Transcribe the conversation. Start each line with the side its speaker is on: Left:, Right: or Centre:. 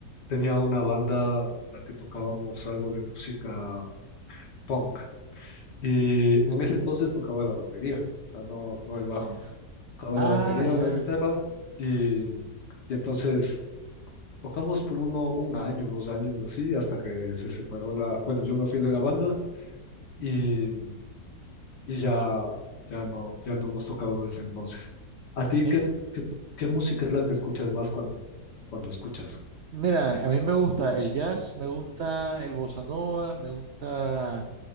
Left: tenía una banda con la que tocábamos algo de música punk. Y en ese entonces tocaba la batería, o sea, no, no el bajo.
Right: Ya.
Left: Tocaba
Right: Ah,
Left: la batería
Right: ya.
Left: o la guitarra y... Y entonces Tocamos por uno, un año, dos años, así, hasta que se separó la, bueno, yo me fui de la banda y, y ya, ya no, ya no hemos tocado desde entonces. ¿A ti
Right: Mir-
Left: qué, qué, qué música es la que escuchas más cuando, cuando escuchas?
Right: Mira, a mí me gusta el jazz, me gusta el bossa nova, me gusta